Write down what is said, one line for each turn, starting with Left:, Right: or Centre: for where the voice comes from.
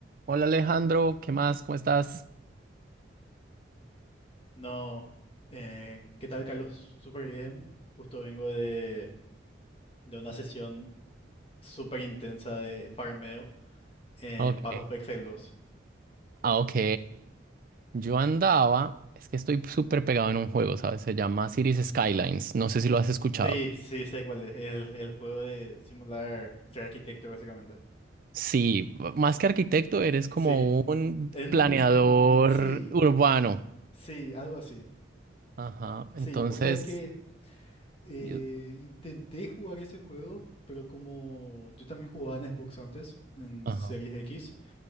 Right: Hola Alejandro, ¿qué más? ¿Cómo estás?
Left: No, eh, ¿qué tal, Carlos? Súper bien. Justo vengo de, de una sesión súper intensa de farmeo en
Right: Ok,
Left: Path of Exile dos.
Right: ah, ok. Yo andaba, es que estoy súper pegado en un juego, ¿sabes? Se llama Cities Skylines. No sé si lo has escuchado.
Left: Sí, sí, sé cuál es. El, el juego de simular ser arquitecto, básicamente.
Right: Sí, más que arquitecto, eres como
Left: Sí.
Right: un
Left: En...
Right: planeador
Left: Sí,
Right: urbano.
Left: sí, algo así.
Right: Ajá, entonces,
Left: Sí, o sea, es que eh,
Right: yo-
Left: intenté jugar ese juego, pero como yo también jugaba en Xbox antes, en
Right: ajá.
Left: Series X.